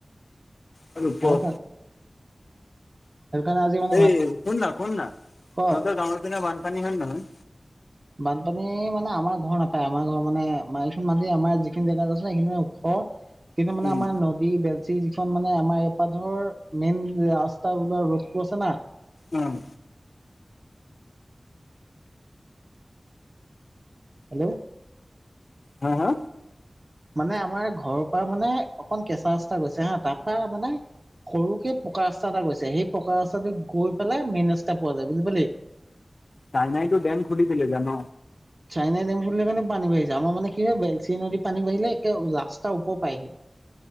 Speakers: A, on the left; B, on the right.
A: আ ৰূপ।
B: খাই থাক সেইকাৰণে আজি মানে
A: এই
B: ভাত
A: শুননা শুননা
B: ক
A: তহতৰ গাঁঙৰ পিনে বানপানী হয় নহয়।
B: বানপানী মানে আমাৰ ঘৰ নাপায় আমাৰ ঘৰৰ মানে এইোন মানুহে আমাৰ যিখিনি জেগাত আছিলে সেইখিনি। কিন্তু মানে
A: উম
B: আমাৰ নদী বেলচি যিখন মানে আমাৰ ইয়াপা ধৰ মেইন ৰাস্তা বা ৰ'দটো আছে না।
A: উম।
B: হেল্ল'
A: হা হা?
B: মানে আমাৰ ঘৰৰ পৰা মানে অকন কেঁচা ৰাস্তা গৈছে হা। তাৰ পৰা মানে সৰুকে পকা ৰাস্তা এটা গৈছে। সেই পকা ৰাস্তাটো গৈ পেলাই মেইন ৰাস্তা পোৱা যায়, বুজি পালি?
A: চাইনাইটো ডেম খুলি দিলে জান'?
B: চাইনাই ডেম খুলিলে কাৰণে পানী বাঢ়িছে। আমাৰ মানে কি হয় বেলচি নদীত পানী বাঢ়িলে একে ৰাস্তা ওপৰ পায়হি। <inaudible>